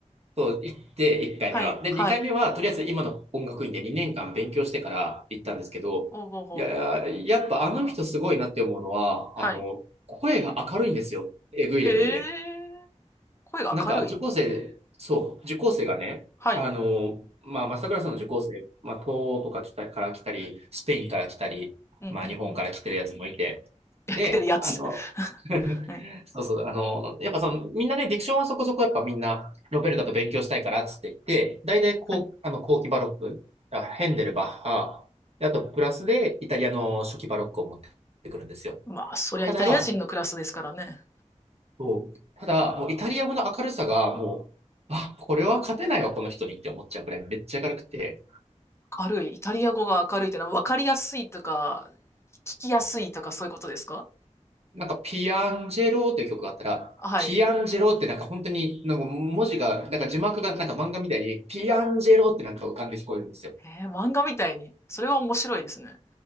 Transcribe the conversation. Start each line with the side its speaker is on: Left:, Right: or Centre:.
Right: そう、行って1回目は。
Left: はい、
Right: で、
Left: はい。
Right: 2回目は、とりあえず今の音楽院で2年間勉強してから行ったんですけど、
Left: おうほうほう。
Right: いや、やっぱあの人すごいなって思うのは、
Left: はい。
Right: あの、声が明るいんですよ。えぐいレベルで。
Left: へえ。声が明るい。
Right: なんか受講生、そう、受講生がね、
Left: はい。
Right: あの、まあ、正倉さんの受講生、まあ、東欧とか来たから来たり、スペインから来たり、
Left: うん、
Right: まあ、
Left: うん、
Right: 日本から来てるやつもいて、
Left: うん。<laughs> 来てるやつ。
Right: で、あの、<laughs>
Left: はい。
Right: そうそう、あの、やっぱその、みんなね、ディクションはそこそこやっぱみんな、ロベルタと勉強したいからっつって言って、大体こう、
Left: はい。
Right: あの、後期バロック、あヘンデル、バッハ、であとプラスでイタリアの初期バロックを持ってくるんですよ。
Left: まあ、そりゃイタリア人のクラスですからね。
Right: ただ、そう。ただ、もうイタリア語の明るさがもう、あ、これは勝てないわ、この人にって思っちゃうくらいめっちゃ明るくて、
Left: 明るい。イタリア語が明るいってのは分かりやすいとか、聞きやすいとかそういうことですか
Right: なんかピアンジェローっていう曲があったら、
Left: はい。
Right: ピアンジェローってなんか本当に、なんか文字が、なんか字幕がなんか漫画みたいに、ピアンジェローってなんか浮かんで聞こえるんですよ。
Left: えー漫画みたいに。それは面白いですね。